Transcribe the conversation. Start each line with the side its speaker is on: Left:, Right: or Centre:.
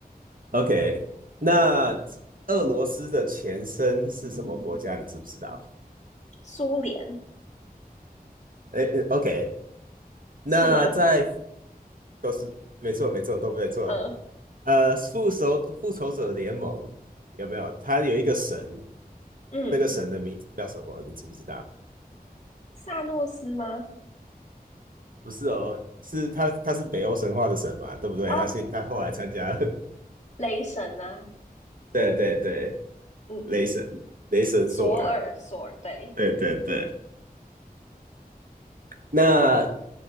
Right: ？OK，那俄罗斯的前身是什么国家？你知不知道？
Left: 苏联
Right: 哎呃，OK，那在
Left: 是吗？
Right: 都是没错，没错，都没错。
Left: 嗯
Right: 呃，复仇复仇者联盟有没有？他有一个神，
Left: 嗯，
Right: 那个神的名字叫什么？你知不知道？
Left: 萨诺斯吗？
Right: 不是哦，是他，他是北欧神话的神嘛，对不对？
Left: 哦，
Right: 他是他后来参加了，<laughs>
Left: 雷神啊，
Right: 对对对，
Left: 嗯，
Right: 雷神，雷神索尔，
Left: 索尔，索尔，对，
Right: 对对对。那